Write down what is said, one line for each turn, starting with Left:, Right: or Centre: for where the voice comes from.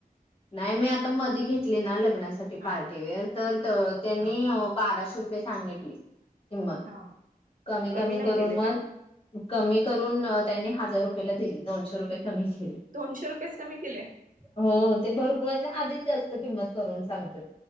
Left: नाही मी आता मध घेतली ना लग्नासाठी
Right: हा
Left: पार्टीवेअर तर त्यांनी
Right: हा
Left: बाराशे रुप सांगितली किंमत
Right: हा
Left: कमी कमी
Right: नाही
Left: करून
Right: केले
Left: मग
Right: काय
Left: कमी करून त्यांनी हजार रुपया ला दिली दोनशेुये
Right: दोनशे रुपयेच कमी केले
Left: हो भरपूर आधीच जास्त किंमत करून सांगत